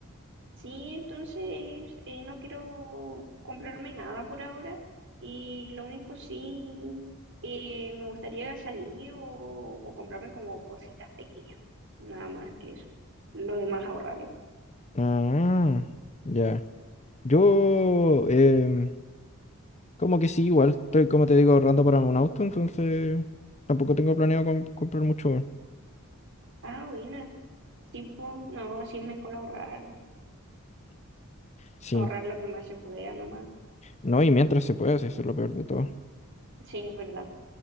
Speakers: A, on the right; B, on the left.
A: Sí, entonces eh, no quiero comprarme nada por ahora y lo único sí, eh, me gustaría salir o, o comprarme como cositas pequeñas, nada más que eso. Lo demás ahorrarlo.
B: Ah, ya. Yo, em, Como que sí, igual, estoy, como te digo, ahorrando para un auto, entonces tampoco tengo planeado com- comprar mucho. weón.
A: Ah, buena. Tipo, no, sí es mejor ahorrar,
B: Sí,
A: ahorrar lo que más se pueda nomás.
B: no, y mientras se pueda, sí, eso es lo peor de todo.
A: Sí, es verdad,